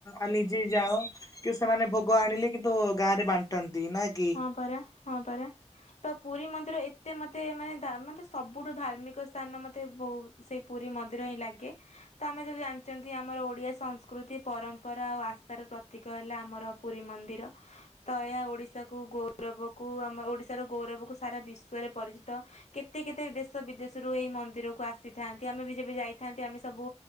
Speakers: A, on the left (about 30°); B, on the left (about 75°).
A: ଆ ନିଜେ ଯାଅ କି ସେମାନେ ଭୋଗ ଆଣିଲେ କିନ୍ତୁ ଗାଁ ରେ ବାଣ୍ଟନ୍ତି ନା କି?
B: ହଁ ପରା ହଁ ପରା। ତ ପୁରୀ ମନ୍ଦିର ଏତେ ମତେ ମାନେ ଧା ମତେ ସବୁଠୁ ଧାର୍ମିକ ସ୍ଥାନ ମତେ ବହୁତ୍ ସେଇ ପୁରୀ ମନ୍ଦିର ହିଁ ଲାଗେ। ତ ଆମେ ଯଦି ଜାଣିଚନ୍ତି ଆମର ଓଡିଆ ସଂସ୍କୃତି ପରମ୍ପରା ଆଉ ଆସ୍ଥାର ପ୍ରତୀକ ହେଲା ଆମର ପୁରୀ ମନ୍ଦିର ତ ଏୟା ଓଡ଼ି ଶା କୁ ଗୌରବ କୁ ଆମ ଓଡିଶାର ଗୌରବ କୁ ସାରା ବିଶ୍ୱରେ ପରିଚିତ। କେତେ କେତେ ଦେଶ ବିଦେଶରୁ ଏଇ ମନ୍ଦିରକୁ ଆସିଥାନ୍ତି ଆମେ ବି ଯେବେ ଯାଇଥାନ୍ତି ଆମେ ସବୁ